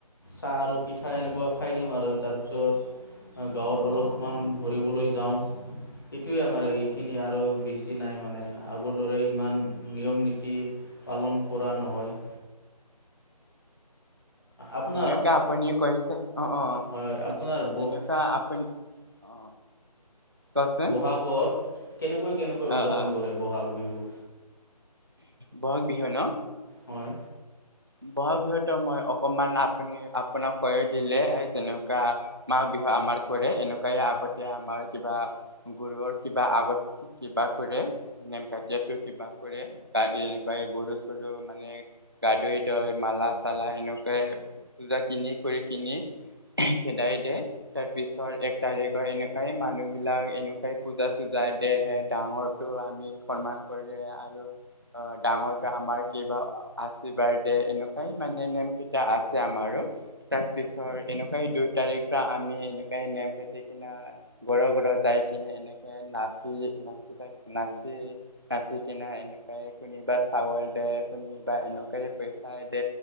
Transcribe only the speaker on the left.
চাহ আৰু পিঠা এনেকুৱা খাই দিওঁ আৰু তাৰপিছত গাঁৱত অলপমান
ঘূৰিবলৈ যাওঁ। সেইটোৱে আমাৰ
এইখিনি
আৰু বেছি নাই মানে আগৰ দৰে ইমান নিয়ম নীতি পালন কৰা নহয়। আপোনাৰ
হয়
আপোনাৰ ব
বহাগত কেনেকৈ কেনেকৈ উদযাপন
কৰে বহাগ বিহু
হয়।